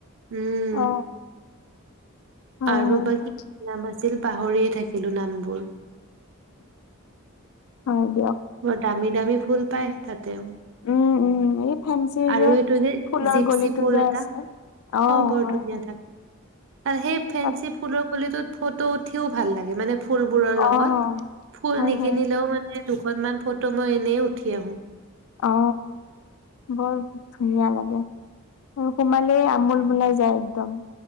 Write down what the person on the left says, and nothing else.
অ, হয়
হয়
হয় দিয়ক।
উম উম এ, ফেঞ্চিৰ
যে
ফুলৰ
গলিটো
যে
আছে অ হয়
হয়।
তাত
অ
হয়
হয়
অ বৰ ধুনীয়া লাগে। আৰু সোমালেই আমোল বলাই যায় একদম।